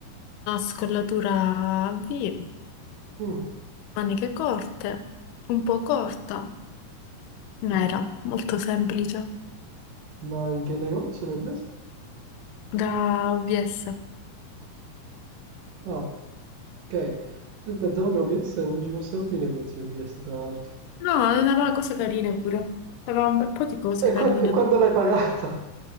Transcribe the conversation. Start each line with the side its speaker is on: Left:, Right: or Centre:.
Left: scollatura a V,
Right: Mm.
Left: maniche corte, un po' corta, nera, molto semplice,
Right: Ma in che negozio l'hai preso?
Left: da OVS.
Right: Ah, ok. Io pensavo che OVS non ci fossero più i negozi OVS, tra l'altro.
Left: No, aveva cose carine pure. Aveva un bel po' di cose
Right: E
Left: carine.
Right: quando, e quando l'hai pagato?